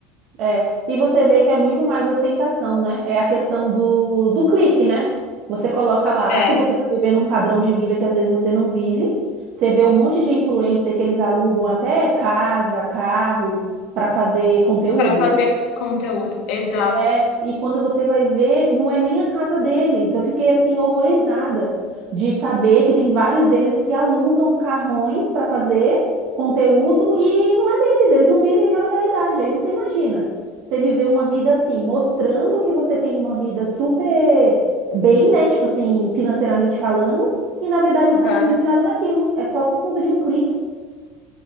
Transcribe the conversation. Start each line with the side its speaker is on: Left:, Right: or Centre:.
Right: É, e você vê que é muito mais ostentação, né? É a questão do, do clique, né? Você coloca lá
Left: é,
Right: que você está vivendo um padrão de vida que às vezes você não vive. Você vê um monte de influencer que eles alugam até casa, carro, para fazer conteúdo.
Left: para fazer conteúdo, exato.
Right: É, e quando você vai ver, não é nem a casa deles. Eu fiquei assim horrorizada de saber que tem vários deles que alugam carrões para fazer conteúdo e não é deles, eles não vivem aquela realidade. Aí você imagina, você viver uma vida assim, mostrando que você tem uma vida super bem, né? Tipo assim, financeiramente falando, e na verdade
Left: Aham,
Right: você não vive nada daquilo. É só por conta de um clique.